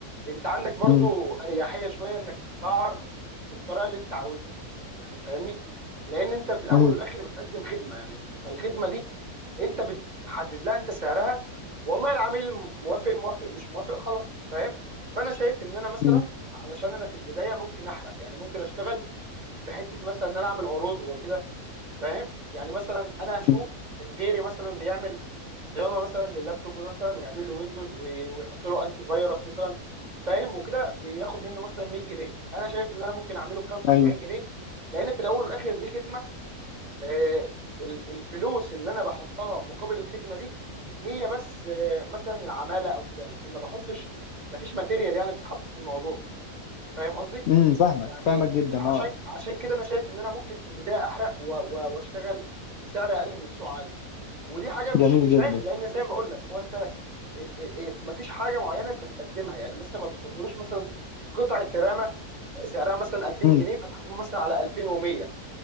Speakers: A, on the right; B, on the left.
A: انت عندك برضو
B: مم.
A: اريحيه شويه انك تسعر بالطريقه اللي انت عاوزها يعني فاهمني لان انت في الاول
B: مم.
A: والاخر بتقدم خدمه يعني فالخدمه دي انت بتحدد لها انت سعرها والله العميل موافق موافق مش موافق خلاص فاهم فانا شايف ان انا مثلا
B: مم.
A: علشان انا في البدايه ممكن احرق يعني ممكن اشتغل بحته مثلا ان انا اعمل عروض وكده فاهم يعني مثلا انا هشوف
B: مم.
A: غيري مثلا بيعمل صيانه مثلا لللابتوب مثلا ويعمل له ويندوز وي- ويحط له انتي فيروس مثلا فاهم وكده بياخد منه مثلا 100 جنيه انا شايف ان انا ممكن اعمله ب 75
B: ايوه
A: جنيه لان في الاول والاخر دي خدمه آه، ال- الفلوس اللي انا بحطها مقابل الخدمه دي هي بس آه، مثلا العماله او كده لكن ما بحطش ما فيش ماتيريال يعني بتتحط في الموضوع فاهم قصدي
B: مم. فاهمك
A: يعني
B: فاهمك جدا
A: عشان
B: اه
A: عشان كده انا شايف ان انا ممكن في البدايه احرق و- و- واشتغل بسعر اقل من السوق عادي ودي حاجه مش
B: جميل
A: مش
B: جدا
A: عيب لان زي ما بقول لك هو انت ال- ال- ال- مفيش حاجه معينه انت بتقدمها يعني مثلا ما بتحطلوش مثلا قطعه رامه سعرها مثلا 2000
B: مم.
A: جنيه فتحاسبه مثلا على 2100